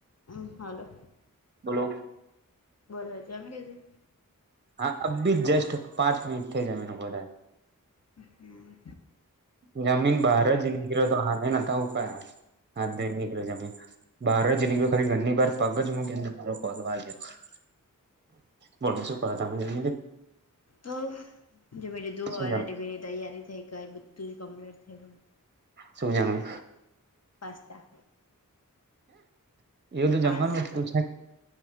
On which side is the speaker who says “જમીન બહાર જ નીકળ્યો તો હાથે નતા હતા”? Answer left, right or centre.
Right